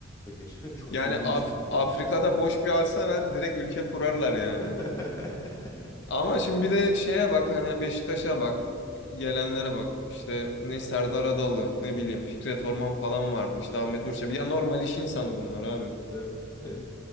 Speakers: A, on the left; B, on the left.
A: Ya gerçekten çok
B: Yani
A: zengin
B: Af-
A: insanlar biliyor
B: Afrika'da
A: musun?
B: boş bir arsa ver, direkt ülke kurarlar yani.
A: <laughs>
B: Ama şimdi bir de şeye bak hani Beşiktaş'a bak. Gelenlere bak. İşte ne Serdar Adalı, ne bileyim
A: Evet.
B: Fikret Orman falan vardı. İşte Ahmet Nur Çebi.
A: Evet.
B: Ya normal iş insanı bunlar abi.
A: <laughs> Evet.